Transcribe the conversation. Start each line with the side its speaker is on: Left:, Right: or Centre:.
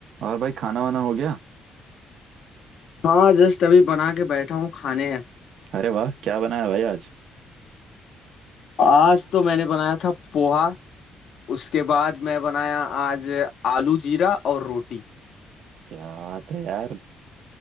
Right: और भाई खाना वाना हो गया
Left: हाँ जस्ट अभी बना के बैठा हूँ खाने हैं
Right: अरे वाह क्या बनाया भाई आज
Left: आज तो मैंने बनाया था पोहा उसके बाद मैं बनाया आज आलू जीरा और रोटी
Right: क्या बात है यार